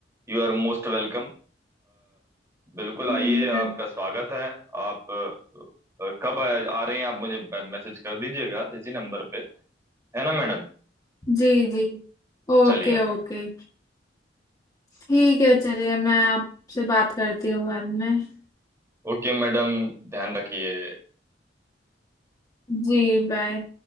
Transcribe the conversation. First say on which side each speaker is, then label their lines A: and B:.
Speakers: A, on the right (about 15°); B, on the left (about 20°).
A: यू आर मोस्ट वेलकम बिल्कुल आइए
B: बिल-
A: आपका स्वागत है आप अ, अ, कब आ, आ रही हैं आप मुझे मैसेज कर दीजिएगा इसी नंबर पे है ना मैडम
B: जी जी ओके
A: चलिए
B: ओके
A: मैडम
B: ठीक है चलिए मैं आपसे बात करती हूँ बाद में
A: ओके मैडम ध्यान रखिए
B: जी बाय